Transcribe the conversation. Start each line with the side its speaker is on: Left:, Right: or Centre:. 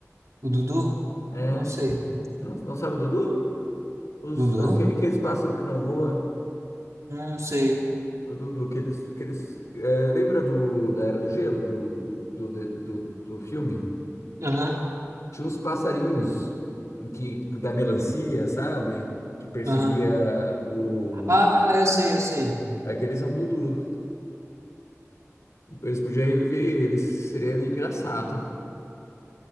Right: O Dudu?
Left: É.
Right: Não sei.
Left: Não, não sabe o Dudu? Os,
Right: Dudu?
Left: aque- aqueles pássaros que não voam.
Right: Não sei.
Left: O Dudu, aqueles, aqueles, é, lembra do, da Era do Gelo, do, do, do, do filme?
Right: Aham,
Left: Tinha os passarinhos que da melancia, sabe? Que perseguia
Right: aham.
Left: o.
Right: Ah, eu sei, eu sei.
Left: Aqueles são Dudu. Eles podiam reviver eles. Seria engraçado.